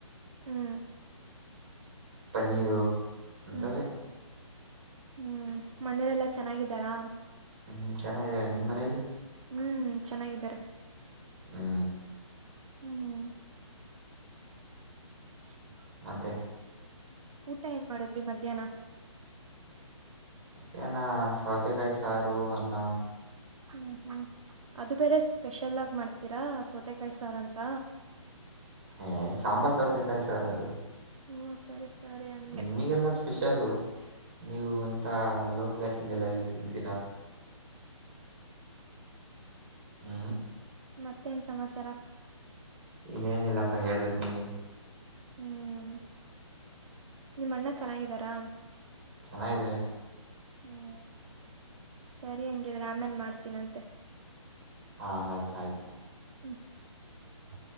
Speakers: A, on the right; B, on the right.
A: ಹ್ಮ್
B: ಪನನ್ನರು ಅಂತವೇ
A: ಹ್ಮ್ ಹ್ಮ್ ಮನೇಲೆಲ್ಲಾ ಚೆನ್ನಾಗಿದ್ದಾರಾ
B: ಹ್ಮ್ ಚೆನ್ನಾಗೀರ ನಿಮ್ಮ್ ಮನೇಲಿ
A: ಹ್ಮ್ ಚೆನ್ನಾಗಿದ್ದಾರೆ
B: ಹ್ಞೂ
A: ಹ್ಮ್ <inaudible>
B: ಮತ್ತೆ
A: ಊಟ ಏನ್ ಮಾಡದ್ರಿ ಮಧ್ಯಾಹ್ನ
B: ತ್ತನ ಸೌತೆ ಕೈ ಸಾರು ಅನ್ನ
A: ಹ್ಮ್ ಹ್ಮ್ ಅದು ಬೇರೆ ಸ್ಪೆಷಲ್ ಆಗಿ ಮಾಡ್ತೀರಾ ಸ ಮತ್ತೆ ಕಾಯ ಸಾರ ಅಂತ
B: ಹ ಸಾಂಬಾರ್ ಸಾತ ಕಾಯ ಸರ್ ಅದು
A: ಹ್ಮ ಸರಿ ಸರಿ ಹಂಗೆ
B: ನಿಮಗೆಲ್ಲ ಸ್ಪೆಷಲ್ಲ ನೀವು ಒ ಇಂತಾ ಲೋ ಕ್ಲಾಶಿಂದ ಎಲ್ಲಾ ಹೇಳ್ ತಿಂತೀರಾ ಹ್ಮ
A: ಮತ್ತೇನ್ ಸಮಾಚಾರ
B: ಇದಗೇನಿಲ್ಲಪ್ಪ ಹೇಳಬೇಕು ನೀವೇ
A: ಹ್ಮ್ ನಿಮ್ಮಣ್ಣ ಚೆನ್ನಾಗಿದ್ದಾರಾ
B: ಚೆನ್ನ್ರ
A: ಹ್ಮ್ ಸರಿ ಹಾಗಂಗಿದ್ರೆ ಆಮೇಲ್ ಮಾಡ್ತೀನಂತೆ
B: ಹಾ ಆಯ್ತ ಆಯ್ತು
A: ಹ್ಮ್